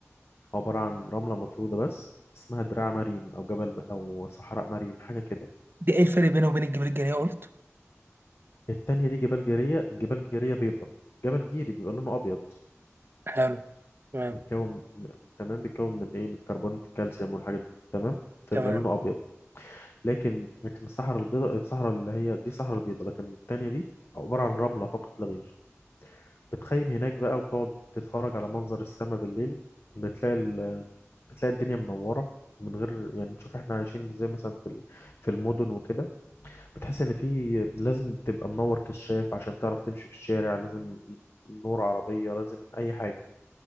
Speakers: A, on the left (about 55°); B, on the right (about 45°).
A: عبارة عن رملة مفرودة بس اسمها دراع مريم أو جبل م- أو صحراء مريم حاجة كده
B: دي ايه الفرق بينه وبين الجبال الجنيه قلت
A: التانية دي جبال جيرية جبال جيرية بيضاء جبل جيري بيبقى لونه أبيض
B: حلو تمام
A: بيتكون م- تمام بيتكون من ايه من كربونات الكالسيوم والحاجات دي تمام فبيبقى
B: تمام
A: لونه ابيض لكن لكن الصحراء البيضاء الصحراء اللي هي دي صحراء البيضاء لكن التانية دي عبارة عن رملة فقط لا غير بتخيم هناك بقى وبتقعد تتفرج على منظر السماء بالليل بتلاقي ال... بتلاقي الدنيا منورة من غير يعني تشوف احنا عايشين ازاي مثلا في ال- في المدن وكده بتحس ان في لازم تبقى منور كشاف عشان تعرف تمشي في الشارع لازم نور عربية لازم اي حاجة